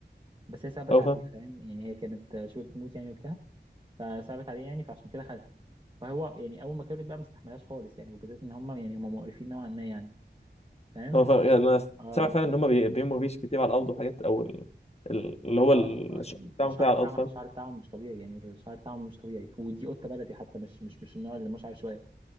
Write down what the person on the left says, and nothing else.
او
فاهم
هو ف... يعني انا
سامع فعلا
ان هم بي... بيموا فيش كتير على الارض وحاجات او ال... ال- اللي هو
ال-
الشغل بتاعهم
كده على
الارض فاهم